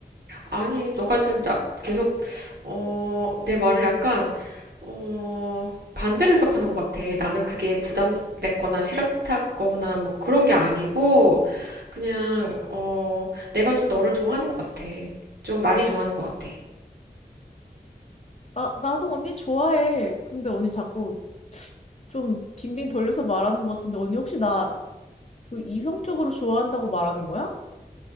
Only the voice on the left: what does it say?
나, 나도 언니 좋아해. 근데 언니 자꾸 좀 빙빙 돌려서 말하는 것 같은데, 언니 혹시 나 그 이성적으로 좋아한다고 말하는 거야?